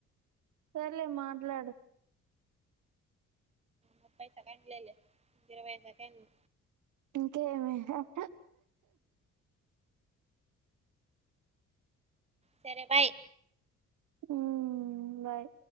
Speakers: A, on the right (about 75°); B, on the right (about 20°).
A: సరలే మాట్లాడు
B: ముప్పై సెకండ్లే ఇరవై సెకండ్లు
A: ఇంకేమీ ఆహ్
B: సరే బాయ్
A: ఉహ్ బాయ్